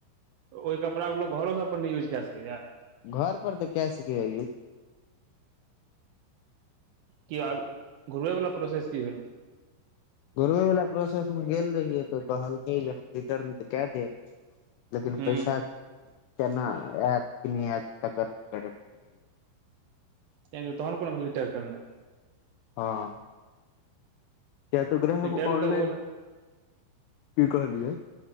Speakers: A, on the right; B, on the left.
A: ओहि कपड़ा के लोक घरो सब पर नै यूज कए सकैयऽ
B: घर पर तऽ कय सकै यूज
A: कि आब घुरबै वाला प्रोसेस की भेल
B: घुड़बै वला प्रोसेस में गेल रहियै तऽ कहलकै जे हम रिटर्न तऽ कए देब लेकिन
A: हूं
B: पैसा केना आयत कि नहि आयत तकर नहि
A: ऐं रे तोहन कोना भेलय रिटाएर करनाय
B: हँ किया तऽ ओकरे हम
A: रिटर्न
B: ऑनलाइन
A: तऽ ओ
B: की कहलियए